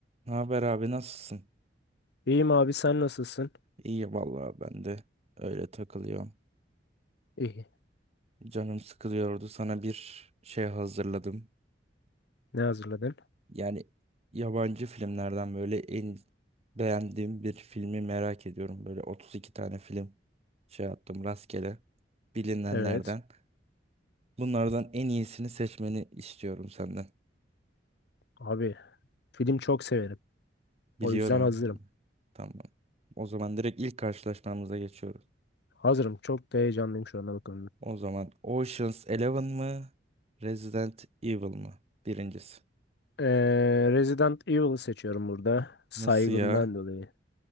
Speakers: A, on the right; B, on the left.
A: Ne haber abi nasılsın?
B: İyiyim abi sen nasılsın?
A: İyi vallahi ben de öyle takılıyorum.
B: İyi.
A: Canım sıkılıyordu. Sana bir şey hazırladım.
B: Ne hazırladın?
A: Yani yabancı filmlerden böyle en beğendiğim bir filmi merak ediyorum. Böyle 32 tane film şey yaptım rastgele bilinenlerden.
B: Evet.
A: Bunlardan en iyisini seçmeni istiyorum senden.
B: Abi film çok severim.
A: Biliyorum.
B: O yüzden hazırım.
A: Tamam. O zaman direkt ilk karşılaşmamıza geçiyoruz.
B: Hazırım. Çok da heyecanlıyım şu anda bakın.
A: O zaman Ocean's Eleven mı? Resident Evil mı? Birincisi.
B: Ee, Resident Evil'ı seçiyorum burada. Saygımdan
A: Nasıl ya?
B: dolayı.